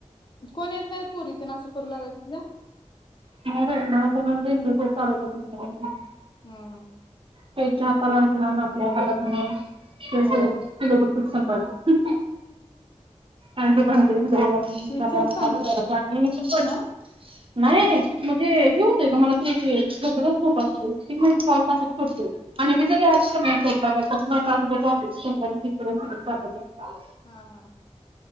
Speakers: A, on the left (about 40°); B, on the right (about 45°).
A: कोण येत नाही पुरी तेन असं करू लागाय तिथल्या
B: तुम्हाला काय वाटलं फोन मध्ये इंटर कोर्स चालू आहे काय की म्हटलं
A: हम्म हम्म
B: त्याच्या हाताला घाण आणि आपल्या हाताला घाण कस
A: होय
B: होतंय किलो बघ पीठ संपायचं हू हू आण ते भांडे धुवा हे
A: विचार
B: करा हाथ
A: चांगला
B: धुवायला
A: आहेत
B: पाणी पण
A: आ
B: नाही म्हणजे हे होतंय गं मला ते <unintelligible> उपास ती म्हणते पाऊण तासात करतोय आणि मी सगळी <unintelligible> स्वयंपाकात तरी मला तासभर जातयचं स्वयंपाक हिकडं आणि तिकडं <unintelligible>
A: हा हा